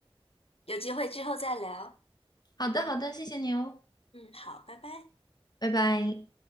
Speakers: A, on the left (about 70°); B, on the left (about 45°).
A: 有机会之后再聊。
B: 好的好的，谢谢你哦，
A: 嗯，好，拜拜。
B: 拜拜。